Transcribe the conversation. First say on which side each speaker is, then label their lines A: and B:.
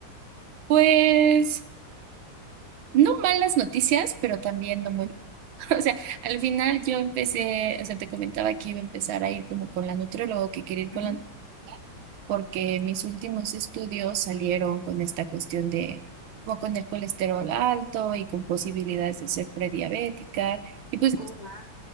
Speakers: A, on the right (about 75°); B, on the left (about 85°).
A: Pues no malas noticias, pero también no muy. <laughs> O sea, al final yo empecé, o sea, te comentaba que iba a empezar a ir como con la nutrióloga, que quería ir con
B: <laughs>
A: la, porque mis últimos estudios salieron con esta cuestión de, como con el colesterol alto y con posibilidades de ser prediabética. Y pues
B: Oh,
A: no está
B: wow.